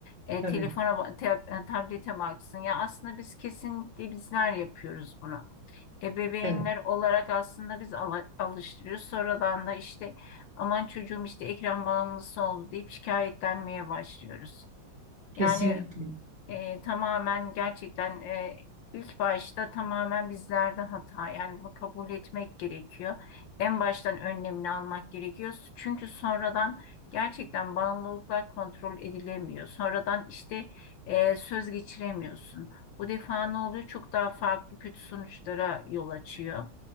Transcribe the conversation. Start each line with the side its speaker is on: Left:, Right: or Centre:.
Left: E,
Right: Tabii,
Left: telefona, ba- te- e, tablete baksın. Ya aslında biz kesinlikle bizler yapıyoruz bunu ebeveynler
Right: evet,
Left: olarak aslında biz ala- alıştırıyoruz. Sonradan da işte aman çocuğum işte ekran bağımlısı oldu deyip şikayetlenmeye başlıyoruz.
Right: kesinlikle.
Left: Yani e, tamamen gerçekten e, ilk başta tamamen bizlerde hata. Yani bunu kabul etmek gerekiyor. En baştan önlemini almak gerekiyor. Çünkü sonradan gerçekten bağımlılıklar kontrol edilemiyor. Sonradan işte e, söz geçiremiyorsun. Bu defa ne oluyor? Çok daha farklı kötü sonuçlara yol açıyor.